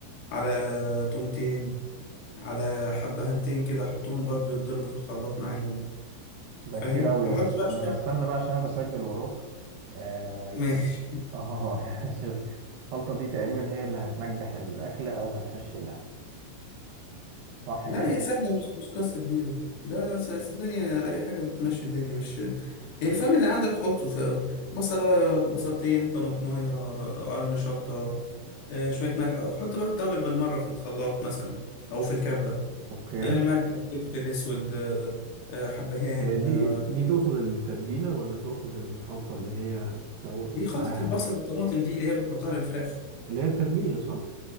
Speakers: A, on the left; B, on the right.
A: على تومتين على حبهنتين كده حطهم برضو يتضربوا في الخلاط معاهم
B: ده
A: فاهم
B: كتير قوي
A: وحط
B: ده استنى
A: بقى شوية
B: انا استنى بقى عشان انا بسجل وراك اه
A: <laughs> ماشي
B: اه <laughs> يعني شوف، الخلطة دي تقريبا هي اللي هتنجح الاكلة او هتفشلها صح
A: لا
B: كده
A: هي سهلة مش مش قصة كبيرة لا لا س- س- الدنيا أي حاجة بتمشي الدنيا مش يعني فاهم اللي عندك حطه فبصلاية بصلتين طماطماية قرن شطة آه، شوية ملح وحط بقى الدبل بالمرة في الخلاط مثلا أو في الكبة
B: اوكي
A: آه، ملح فلفل اسود آه، آه، حبهان
B: هي دي
A: آه.
B: دي تقصد التتبيلة ولا تقصد الخلطة اللي هي هتتسوى
A: دي خلطة
B: معاها
A: البصل بالطماطم دي اللي هي بنحطها للفراخ
B: اللي هي التتبيلة صح؟